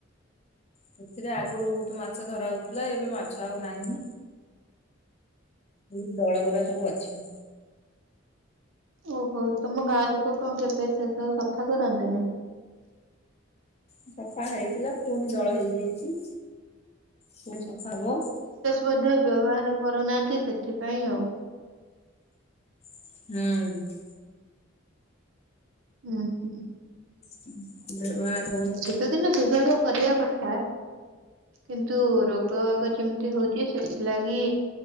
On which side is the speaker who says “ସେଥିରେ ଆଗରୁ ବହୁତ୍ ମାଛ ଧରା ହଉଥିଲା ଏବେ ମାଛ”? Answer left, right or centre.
Left